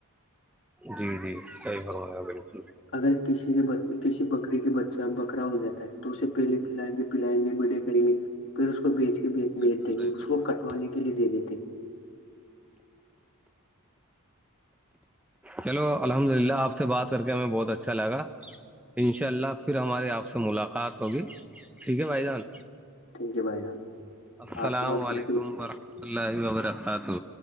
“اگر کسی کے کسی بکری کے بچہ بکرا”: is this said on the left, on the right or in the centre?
Left